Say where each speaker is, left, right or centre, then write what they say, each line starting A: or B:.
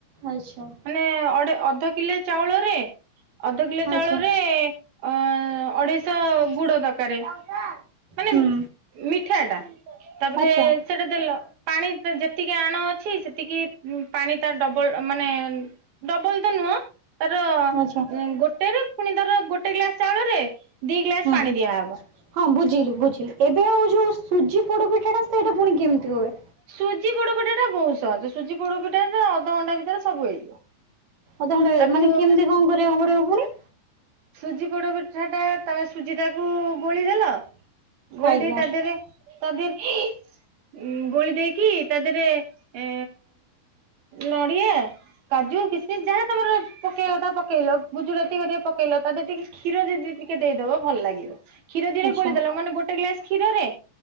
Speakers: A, on the right; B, on the right.
A: ଆଚ୍ଛା।
B: ମାନେ ଅଢ଼େ ଅଧ କିଲେ ଚାଉଳରେ ଅଧ କିଲେ
A: ଆଚ୍ଛା
B: ଚାଉଳରେ ଏ ଅଁ ଆଡେଇସ
A: <inaudible>
B: ଗୁଡ ଦରକାର, ମା
A: ହୁଁ।
B: ମିଠା ଟା ତାପରେ
A: ଆଚ୍ଛା
B: ସେଟା ଦେଲ ପାଣି ଯେତିକି ଆଣ ଅଛି ସେତିକି ପାଣି ତାର ଡବଲ ମାନେ ଡବଲ ତ ନୁହଁ ତାର
A: ଆଚ୍ଛା
B: ଗୋଟେ ରୁ ପୁଣି ଧର ଗୋଟେ ଗ୍ଲାସ ଚାଉଳରେ ଦି ଗ୍ଲାସ
A: ହଁ।
B: ପାଣି ଦିଆହବ।
A: ହଁ ବୁଝିଲି ବୁଝିଲି। ଏବେ ଆଉ ଯୋଉ ସୁଜି ପୋଡପିଠା ଟା ସେଇଟା ପୁଣି କେମିତି ହୁଏ?
B: ସୁଜି ପୋଡପିଠା ଟା ବହୁତ ସହଜ। ସୁଜି ପୋଡପିଠା ଟା ଅଧଘଣ୍ଟା ଭିତରେ ସବୁ ହେଇଯିବ।
A: ଅଧ ଘଣ୍ଟେ
B: ତାକୁ
A: ମାନେ କେମତି କଣ କରିବା କୁ ପଡିବ ପୁଣି?
B: ସୁଜି ପୋଡ଼ପିଠା ଟା ତମେ ସୁଜିଟାକୁ ଗୋଳେଇଦେଲ ଗୋଳେଇଦେଇ
A: ଆଜ୍ଞା
B: ତା ଦେହରେ ତା ଦେହରେ ଗୋଳି ଦେଇକି ତା ଦେହରେ ଏ ନଡ଼ିଆ କାଜୁ, କିସମିସ୍ ଯାହା ତମର ପକେଇବା କଥା ପକେଇଲ। ଗୁଜୁରାତି ହେରିକା ପକେଇଲ। ତା ଦେହରେ ଟି କ୍ଷୀର ଯଦି ଟିକେ ଦେଇଦବ ଭଲ ଲାଗିବ। କ୍ଷୀର ଦିହରେ
A: ଆଚ୍ଛା
B: ଗୋଳେଇଦେଲ। ମାନେ ଗୋଟେ ଗ୍ଲାସ୍ କ୍ଷୀରରେ